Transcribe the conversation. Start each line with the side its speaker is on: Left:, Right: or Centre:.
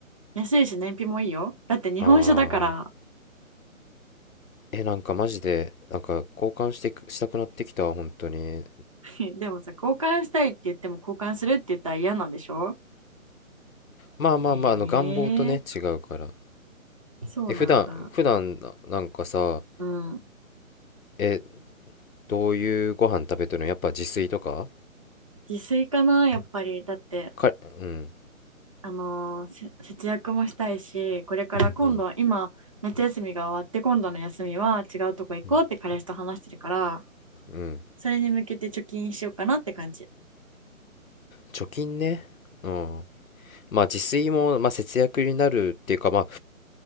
Right: 安いし燃費もいいよ。だって日本車だから。
Left: ああ、え、なんかマジで、なんか交換してく、したくなってきたわ、本当に。
Right: <laughs> でもさ、交換したいって言っても交換するって言ったら嫌なんでしょ
Left: まあまあまあ、
Right: えー
Left: あの、願望とね、違うから。
Right: そうなんだ。
Left: え、普段、普段な、なんかさ、
Right: うん。
Left: え、どういうご飯食べてるのやっぱ自炊とか
Right: 自炊かな、やっぱり。だって、
Left: か、うん、
Right: あのーせ節約もしたいし、これから今度、
Left: うん、
Right: 今、夏休みが終わって、今度の休みは違うとこ行こうって彼氏と話してるから、
Left: うん、うん。
Right: それに向けて貯金しようかなって感じ。
Left: 貯金ね。うん。まあ自炊も、まあ、節約になるっていうか、まあ